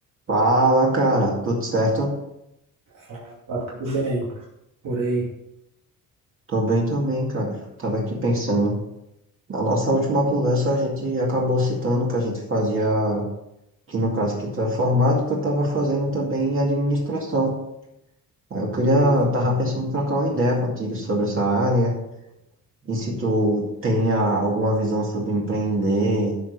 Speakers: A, on the right; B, on the right.
A: Fala, cara, tudo certo?
B: Fala, tudo bem? Por aí.
A: Tô bem também, cara. Tava aqui pensando. Na nossa última conversa, a gente acabou citando que a gente fazia, que no caso que tu é formado e que eu tava fazendo também administração. Aí eu queria,
B: Hum,
A: tava pensando em trocar uma ideia contigo sobre essa área e se tu tenha alguma visão sobre empreender